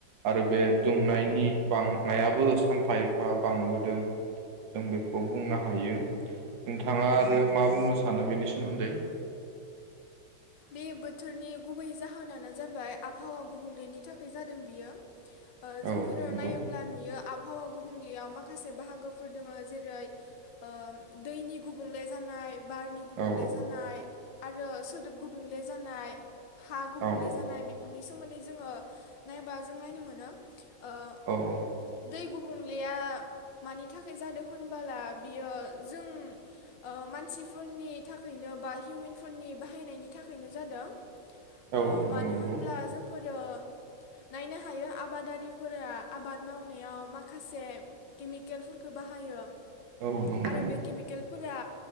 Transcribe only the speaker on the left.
बे बोथोरनि गुबै जाहोनानो जाबाय आबहावा गुबुंलेनि थाखाय जादों बियो। ओ जोंफोरो
नायोब्ला नुयो आबहावा गुबुं गुबुंलेयाव माखासे बाहागोफोर दङ जेरै ओ दैनि गुबुंले जानाय। बारनि गुबुंले
जानाय आरो सोदोब गुबुं गुबुंले जानाय। हा गुबुंले
जानाय बेफोरनि सोमोन दै जोङो नायबा जों नायनो मोनो ओ
दै गुबुंलेया मानि थाखाय जादों होनबोला बियो जों ओ मानसिफोरनि थाखायनो बा हिउमेनफोरनि बाहायनायनि थाखाय नो जादों। ओ
मानो
होमब्ला जोंफोर आरो नायनो हायो आबादारिफोरा आबाद मावनायाव माखासे केमिकेलफोरखौ बाहायो।
आरो बे केमेकेल फोरा